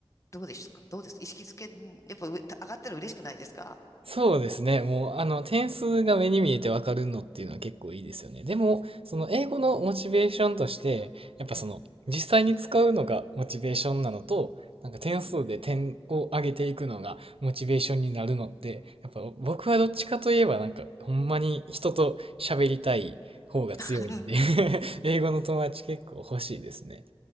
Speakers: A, on the left; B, on the right.
A: どうですかどうです意識づけ、やっぱ上、上がったら嬉しくないですか
B: そうですね。もう、あの、点数が目に見えてわかるのっていうのは結構いいですよね。でも、その英語のモチベーションとして、やっぱその、
A: うん。
B: 実際に使うのがモチベーションなのと、なんか点数で点を上げていくのがモチベーションになるのって、
A: うん。
B: やっぱ僕はどっちかといえばなんか、ほんまに人と喋りたい方が強いんで
A: <laughs>
B: <laughs> 英語の友達結構欲しいですね。